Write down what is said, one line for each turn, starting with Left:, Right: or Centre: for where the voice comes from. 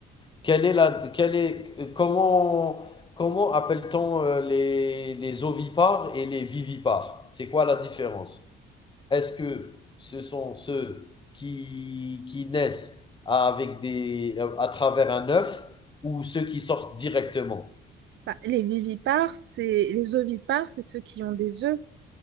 Left: quelle est la, quelle est, comment, comment appelle-t-on euh, les, les ovipares et les vivipares C'est quoi la différence Est-ce que ce sont ceux qui, qui naissent avec des, euh, à travers un œuf ou ceux qui sortent directement
Right: Bah, les vivipares, c'est les ovipares, c'est ceux qui ont des œufs.